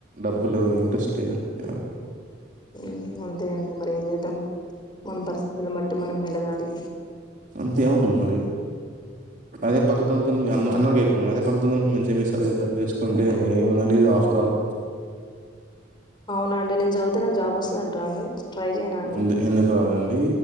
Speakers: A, on the right; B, on the left.
A: డబ్బులు ఇంట్రెస్ట్ లేదని <unintelligible>
B: ఉమ్ అంతే అండి మరి ఏం జేద్దాం మన పరిస్థితులను బట్టి మనం మెలగాలి
A: అంతేమన్న మరి అదే పర్దలతోని మీ అన్న అన్నదేపుం అదే పర్దలతో మంచిగ వేస్ అదే డబ్బు తెచ్చుకుంటే ఏముందండి ఇది ఆఫ్ట్రాల్
B: అవునండి నేను చదివితే నాకు జాబ్ వస్తది అంటార అండి ట్రై చేయనా అండి
A: ఎందు ఎందుకు రాదండి